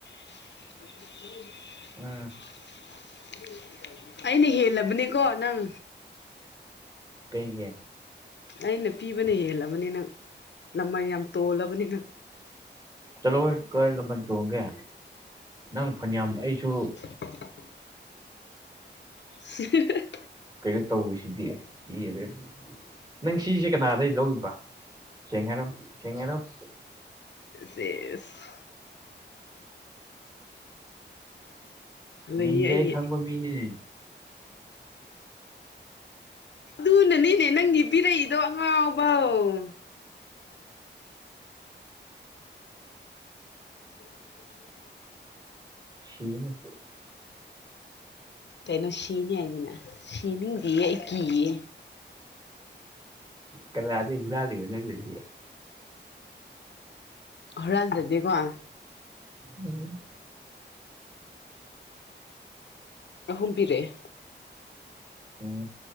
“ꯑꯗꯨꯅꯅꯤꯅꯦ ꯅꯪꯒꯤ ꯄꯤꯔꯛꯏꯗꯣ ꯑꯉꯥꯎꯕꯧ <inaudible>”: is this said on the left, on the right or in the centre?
Left